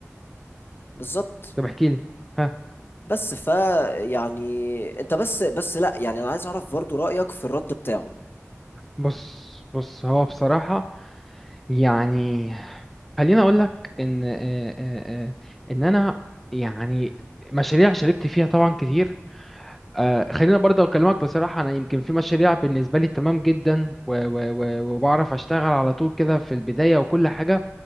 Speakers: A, on the left; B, in the centre.
A: فبالظبط
B: طب احكي لي ها
A: بس ف يعني انت بس بس لا يعني انا عايز اعرف برضو رأيك في الرد بتاعه
B: بص بص هو بصراحة يعني خليني اقول لك ان آه، آه، آه، ان انا يعني مشاريع شاركت فيها طبعا كتير آه، خلينا برضه اكلمك بصراحة انا يمكن في مشاريع بالنسبة لي تمام جدا و- و- و- وبعرف اشتغل على طول كده في البداية وكل حاجة